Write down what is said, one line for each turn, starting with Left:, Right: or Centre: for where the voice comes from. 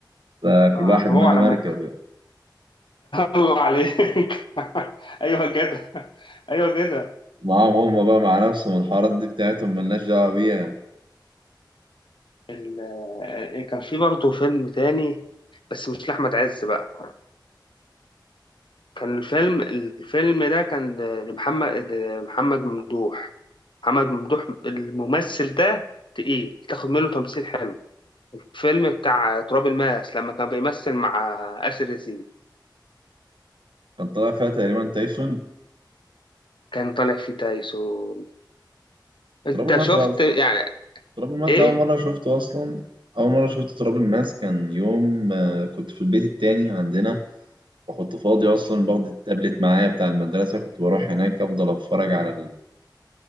Right: ده
Left: اه
Right: كل واحد
Left: طب
Right: مالي
Left: هو على
Right: مركزه
Left: <laughs> مالك الله عليك <laughs> ايوه كده ايوه كده
Right: معاهم هم بقى مع نفسهم الحوارات دي بتاعتهم مالناش دعوة بيها
Left: ال- آه، كان في برضه فيلم تاني بس مش لأحمد عز بقى كان الفيلم الفيلم ده كان لمحمد محمد ممدوح محمد ممدوح الممثل ده تقيل تاخد منه تمثيل حلو الفيلم بتاع تراب الماس لما كان بيمثل مع آسر ياسين
Right: كان طالع فيها تقريبا تايسون
Left: كان طالع فيه تايسون انت
Right: تراب الماس
Left: شفت
Right: ده أصلا
Left: يعني
Right: تراب الماس
Left: ايه
Right: ده أول مرة شفته أصلا أول مرة شفت تراب الماس كان يوم آه، كنت في البيت التاني عندنا وكنت فاضي أصلا باخد التابلت معايا بتاع المدرسة كنت بروح هناك أفضل أتفرج على